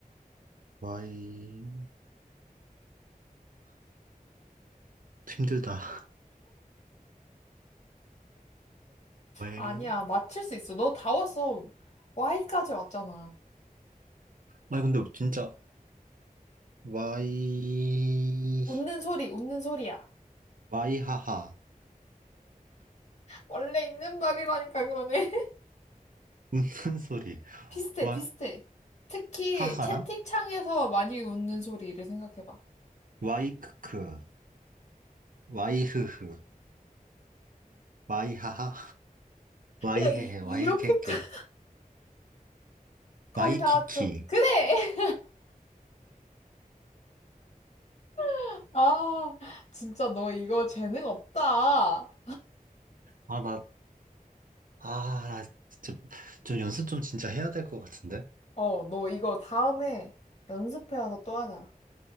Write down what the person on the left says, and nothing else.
아니야, 맞힐 수 있어. 너 다 왔어. Y까지 왔잖아.
웃는 소리, 웃는 소리야.
원래 있는 말이라니까 그러네. <laughs>
비슷해,
비슷해. 특히
채팅창에서 많이 웃는 소리를 생각해봐.
야, 이,
이렇게까지.
거의
다
왔죠. 그래! <laughs> 아, 진짜 너 이거 재능 없다.
어, 너 이거 다음에 연습해 와서 또 하자.